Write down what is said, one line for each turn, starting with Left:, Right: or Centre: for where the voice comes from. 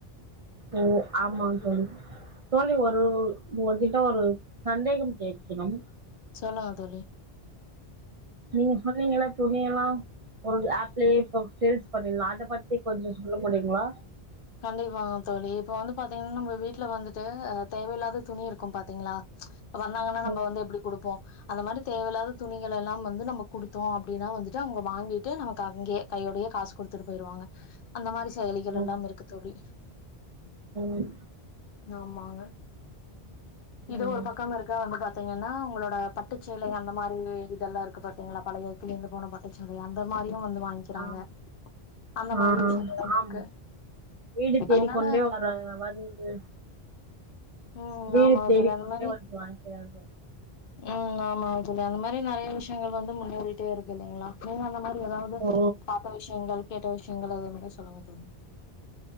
Right: ஓ ஆமாங் தோழி தோழி ஒரு உங்ககிட்ட ஒரு சந்தேகம் கேக்கிணும்
Left: சொல்லுங்க தோழி
Right: நீங்க சொன்னீங்கல துணிய எல்லா ஒரு ஆப்லயே ஒரு சேல்ஸ் பண்ணிடலா அத பத்தி கொஞ்சோ சொல்ல முடியுங்களா
Left: கண்டிபாங்க தோழி இப்ப வந்து பாத்தீங்கன்னா நம்ம வீட்டுல வந்துட்டு அ தேவையில்லாத துணியிருக்கும் பாத்தீங்களா வந்தாங்கன்னா நம்போ
Right: ம்
Left: வந்து எப்டி குடுப்போ அது மாரி தேவைலாத துணிகள் எல்லாம் வந்து நம்ம கூடுத்தோம் அப்டின்னா வந்துட்டு அவுங்க வாங்கிட்டு நமக்கு அங்கே கையோடயே காசு குடுத்துட்டு இச் போயிருவாங்க அந்த மாரி செயலிகள்
Right: ம்
Left: எல்லாம் இருக்கு தோழி
Right: ம்
Left: ஆம் தோ வாங்க இது
Right: ம்
Left: ஒரு பக்கம் இருக்கா வந்து பாத்தீங்கன்னா உங்களோட பக் பட்டுச்சேலஅந்த மாரி இதெல்லா இருக்கு பாத்தீங்களா பழைய கிழிஞ்சு போன பட்டுச்சேல அந்த மாரியும் வன்ட்டு வாங்கிக்கிறாங்க
Right: ஆ
Left: அந்த
Right: ஆ
Left: மாரி விஷயலும்
Right: ஆம்
Left: இருக்கு
Right: வீடு தேடிக்கொண்டே
Left: அதனால
Right: வராங்கலா வந்து
Left: ம்
Right: வீடு
Left: ஆமாங்க
Right: தேடிக்கொண்டே
Left: தோழி அந்த மாரி
Right: வந்து வாங்கிறாங்க
Left: ம் ஆமா ஆ தோழி அந்த மாரி நறைய விஷயங்கள் வந்து முன்னேறிட்டே இருக்கு இல்லலைங்களா நீங்க அந்த மாரி ஏதாவது
Right: ஓ
Left: பாத்த விஷயங்கள் கேட்ட விஷயங்கள அதுல இருந்து சொல்லுங்க தோழி